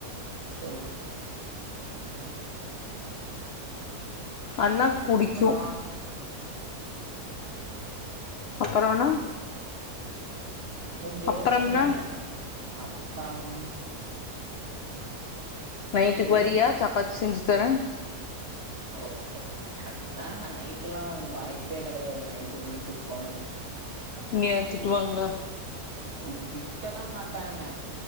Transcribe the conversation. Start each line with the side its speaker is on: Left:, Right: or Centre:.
Right: ஸோ
Left: அன்னா புடிக்கு
Right: அப்புறம்
Left: அப்பறோனா
Right: உ பேசுங்க
Left: அப்பறம்னா
Right: அப் அப்பரம்
Left: நைட்டுக்கு வரியா
Right: ஒரு
Left: சப்பாத்தி செஞ்சு தரே
Right: ஓகே டன் ஆஹா நைட்டுலா வாய்ப்பே கெடையாது நைட்டு வீட்டுக்கு போணு
Left: ங்க திட்டுவாங்ளா
Right: ம் திட்டல்லா மாட்டாங்க